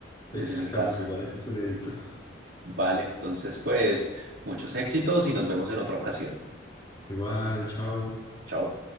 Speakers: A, on the right; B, on the left.
A: desde
B: Exactamente,
A: mi casa.
B: igual aquí soleadito.
A: Vale, entonces pues muchos éxitos y nos vemos en otra ocasión.
B: Igual, chao.
A: Chao.